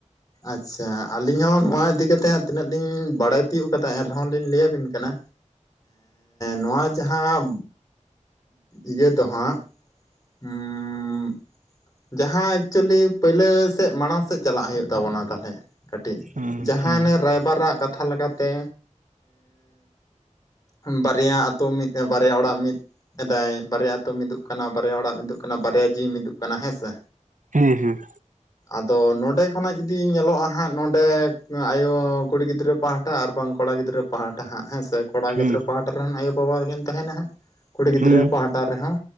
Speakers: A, on the left; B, on the right.
A: ᱟᱪᱪᱷᱟ ᱟᱹᱞᱤᱧ ᱦᱚᱸ ᱱᱚᱣᱟ ᱤᱫᱤ ᱠᱟᱛᱮᱫ ᱦᱟᱸᱜ ᱛᱤᱱᱟᱹᱜ ᱞᱤᱧ ᱵᱟᱲᱟᱭ ᱛᱤᱭᱳᱜ ᱠᱟᱫᱟ ᱮᱱ ᱨᱮᱦᱚᱸ ᱞᱤᱧ ᱞᱟᱹᱭ ᱟᱹᱵᱤᱱ ᱠᱟᱱᱟ ᱱᱚᱣᱟ ᱡᱟᱦᱟᱸ ᱤᱭᱟᱹ ᱫᱚ ᱦᱟᱸᱜ <unintelligible> ᱡᱟᱦᱟᱸ ᱮᱠᱪᱩᱭᱮᱞᱤ ᱯᱟᱹᱭᱞᱟᱹ ᱥᱮᱫ ᱢᱟᱲᱟᱝ ᱥᱮᱫ ᱪᱟᱞᱟᱜ ᱦᱩᱭᱩᱜ ᱛᱟᱵᱚᱱᱟ ᱛᱟᱦᱞᱮ ᱠᱟᱹᱴᱤᱡ
B: ᱦᱟᱸᱜ
A: ᱡᱟᱦᱟᱸ
B: ᱦᱩᱸ
A: ᱚᱱᱮ ᱨᱟᱭᱵᱟᱨᱟᱜ ᱠᱟᱛᱷᱟ ᱞᱮᱠᱟᱛᱮ ᱵᱟᱨᱭᱟ ᱟᱛᱳ ᱢᱤᱫ, ᱵᱟᱨᱭᱟ ᱚᱲᱟᱜ ᱢᱤᱫ ᱮᱫᱟᱭ, ᱵᱟᱨᱭᱟ ᱟᱛᱳ ᱢᱤᱫᱚᱜ ᱠᱟᱱᱟ ᱵᱟᱨᱭᱟ ᱚᱲᱟᱜ ᱢᱤᱫᱩᱜ ᱠᱟᱱᱟ, ᱵᱟᱨᱭᱟ ᱡᱤᱣᱤ ᱢᱤᱫᱩᱜ ᱠᱟᱱᱟ ᱦᱮᱸ ᱥᱮ
B: ᱦᱮᱸ ᱦᱮᱸ
A: ᱟᱫᱚ ᱱᱚᱰᱮ ᱠᱷᱚᱱᱟᱜ ᱡᱩᱫᱤ ᱧᱮᱞᱚᱜᱼᱟ ᱦᱟᱸᱜ ᱱᱚᱰᱮ ᱟᱭᱳ ᱠᱩᱲᱤ ᱜᱤᱫᱽᱨᱟᱹ ᱯᱟᱦᱟᱴᱟ ᱟᱨ ᱵᱟᱝ ᱠᱚᱲᱟ ᱜᱤᱫᱽᱨᱟᱹ ᱯᱟᱦᱟᱴᱟ ᱦᱟᱸᱜ ᱦᱮᱸ ᱥᱮ ᱾ ᱠᱚᱲᱟ
B: ᱦᱮᱸ
A: ᱜᱤᱫᱽᱨᱟᱹ ᱯᱟᱦᱟᱴᱟ ᱨᱮᱱ ᱟᱭᱳᱼᱵᱟᱵᱟ ᱠᱤᱱ ᱛᱟᱦᱮᱱᱟ ᱦᱟᱸᱜ ᱠᱩᱲᱤ ᱜᱤᱫᱽᱨᱟᱹ
B: ᱦᱩᱸ
A: ᱯᱟᱦᱟᱴᱟ ᱨᱮᱦᱚᱸ